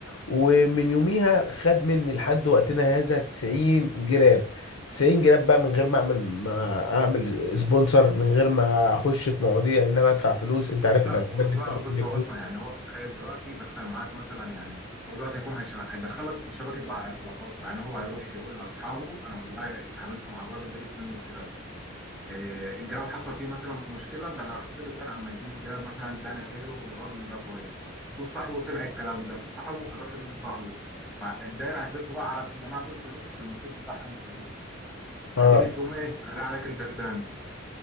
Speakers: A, on the left; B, in the centre.
A: ومن يوميها خد مني لحد وقتنا هذا 90 جراب 90 جراب بقى من غير ما اعمل ما اعمل سبونسر من غير ما اخش في مواضيع ان انا ادفع فلوس انت عارف
B: لا
A: الاعلانات
B: بص
A: دي بتاخد
B: بقى بص
A: مني
B: هو
A: فلوس
B: اصلا يعني هو تخيل دلوقتي دخل معاك مثلا يعني هو دلوقتي هيكون هيشر- هيدخلك في شبكه بقى علاقاته يعني هو هيروح يقول لاصحابه انا والله اتعاملت مع الراجل ده جبت منه الجراب إيه، الجراب حصل فيه مثلا مشكله ده انا رحت له تاني اما اديني جراب مثلا تاني غيره الراجل ده كويس شوف صاحبه سمع الكلام ده صاحبه هيروح يقول لصاحبه فالدايره هتلف بقى على الجماعه دول كلهم في المحيط بتاعهم كلهم
A: اه
B: هتيجي تقوم ايه راجع لك انت تاني